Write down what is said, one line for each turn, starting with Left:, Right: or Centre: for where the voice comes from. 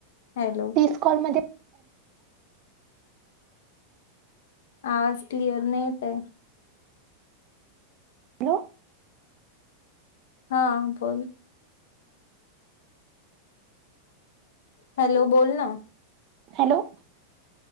Left: हॅलो.
Right: तीस कॉलमध्ये
Left: आवाज क्लिअर नाही येत आहे.
Right: <unintelligible>
Left: हा बोल. हॅलो बोल ना.
Right: हॅलो.